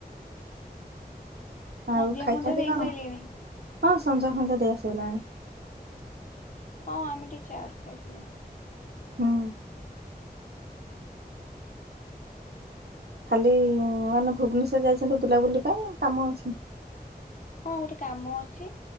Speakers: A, on the left (about 50°); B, on the right (about 75°).
A: ସନ୍ଧ୍ୟା
B: ଆଉ ଖାଇଚନ୍ତି
A: ଫନ୍ଧ୍ୟା ଦେଇ
B: କଣ?
A: ସାରିଲେଣି
B: ହଁ ସଞ୍ଜ ଫଞ୍ଜ ଦିଆସଇଲାଣି।
A: ହଁ ଆମେ ଟିକେ ଚାଟ୍ ଖାଇଥିଲୁ।
B: ହୁଁ। ଖାଲି
A: ଆଉ
B: ମାନେ ଭୁବନେଶ୍ଵର ଯାଇଚନ୍ତି ବୁଲାବୁଲି ପାଇଁ କାମ ଅଛି?
A: ହଁ ଗୋଟେ କାମ ଅଛି